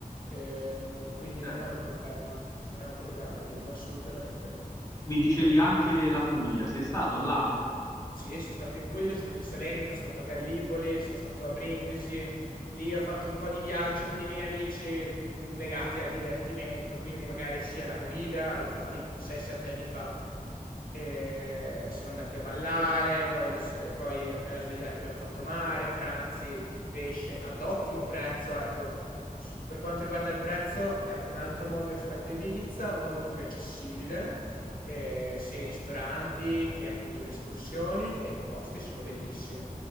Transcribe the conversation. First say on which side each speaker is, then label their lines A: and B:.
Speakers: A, on the left; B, on the left.
A: Ehm, quindi
B: certo.
A: non è un problema, non è un problema la lingua assolutamente.
B: Mi dicevi
A: E-
B: anche la Puglia, sei stato là?
A: sì, sono stato in Puglia, sono stato in Salento, sono stato a Gallipoli, sono stato a Brindisi. Lì ho fatto un po' di viaggi con i miei amici mh, legati al divertimento, quindi magari sia la movida, l'ho fatti 6-7 anni fa. E siamo andati a ballare, poi, lo sve- poi appena svegliati abbiamo fatto mare, pranzi di pesce ad ottimo prezzo, ecco. Su- per quanto riguarda il prezzo, è un altro mondo rispetto a Ibiza, molto più accessibile eh, sia i ristoranti che appunto le escursioni e i posti sono bellissimi.